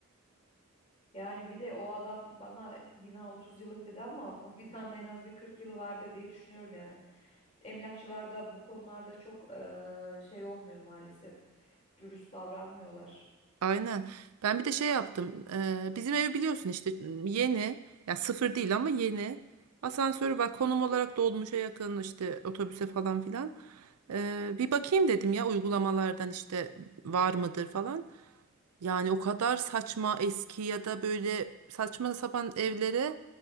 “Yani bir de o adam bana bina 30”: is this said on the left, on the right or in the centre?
Left